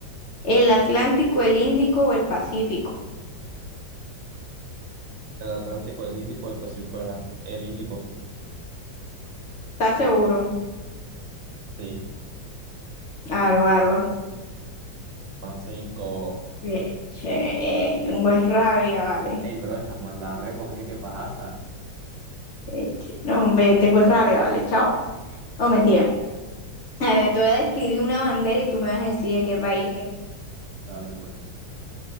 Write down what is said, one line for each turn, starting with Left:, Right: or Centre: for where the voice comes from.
Left: ¿El Atlántico, el Índico o el Pacífico?
Right: El Atlántico, el Índico, el Pacífico era el Índico.
Left: ¿Estás seguro?
Right: Sí,
Left: Álvaro.
Right: van cinco.
Left: Eh, Che, tengo
Right: Ey,
Left: es rabia, vale.
Right: ey, bro, estás mandada a recoger, ¿qué pasa?
Left: Eh, No, hombre, tengo rabia, vale, chao. No, mentira. A ver, te voy a describir una bandera y tú me vas a decir de qué país es.
Right: Dale, pues.